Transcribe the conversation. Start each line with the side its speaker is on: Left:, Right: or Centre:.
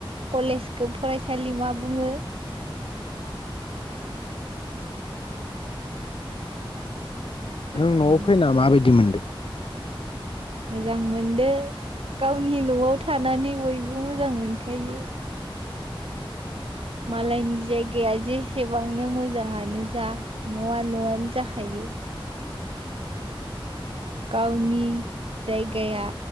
Right: कलेजखौ फरायसालिमा बुङो
Left: नों
Right: बेनिफ्राय
Left: न'आव फैना माबायदि मोनदों
Right: मोजां मोनदो गावनि न'आव थानानै बयबो मोजां मोनखायो मालायनि जायगाया जेसेबांनो मोजाङानो जा न'आ न'आनो जाखायो गावनि जायगाया